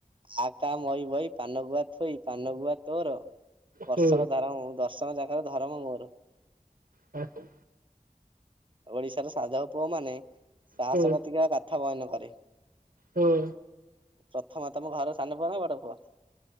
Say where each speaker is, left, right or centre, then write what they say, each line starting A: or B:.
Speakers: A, on the right; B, on the right.
A: ଆ କା ମଇ ବଇ ପାନଗୁଆ ଥୋଇ ପାନଗୁଆ ତୋର ବର୍ଷକ
B: ହୁଁ
A: ଧରମ ମୋର। ର୍ଷକ ଜାକର ଧର୍ମ ମୋର।
B: ହଁ!
A: ଓଡିଶାର ସାଧବ ପୁଅ ମାନେ ସାହସ
B: ହୁଁ
A: କତିକି ଉ ବୟନ କରେ <inaudible>
B: ହୁଁ!
A: ପ୍ରଥମ ତମ ଘର ସାନ ପୁଅ ନା ବଡ ପୁଅ?